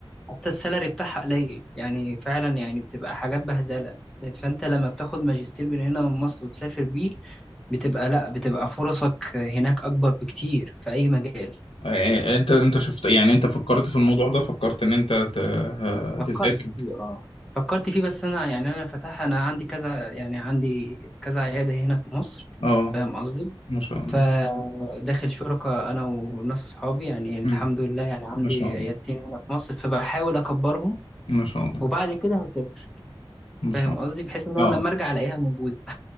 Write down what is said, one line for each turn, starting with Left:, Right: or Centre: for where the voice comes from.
Centre: حتى السالري بتاعها قليل يعني فعلا يعني بتبقى حاجات بهدله فانت لما بتاخد ماجستير من هنا من مصر وتسافر بيه بتبقى لا بتبقى فرصك هناك اكبر بكتير في اي مجال
Left: آه، انت انت شفت يعني انت فكرت في الموضوع ده فكرت ان انت ت... ه-
Centre: فكرت
Left: تسافر
Centre: فيه اه فكرت فيه بس انا يعني انا فتح انا عندي كذا يعني عندي كذا عياده هنا في مصر
Left: اه
Centre: فاهم قصدي
Left: ما شاء الله
Centre: فداخل شركة أنا وناس أصحابي يعني الحمد
Left: مم.
Centre: لله يعني عندي
Left: ما شاء الله
Centre: عيادتين هنا في مصر فبحاول أكبرهم
Left: ما شاء الله
Centre: وبعد كده هسافر
Left: ما
Centre: فاهم
Left: شاء
Centre: قصدي بحيث إن
Left: الله
Centre: أنا
Left: اه
Centre: لما أرجع ألاقيها موجودة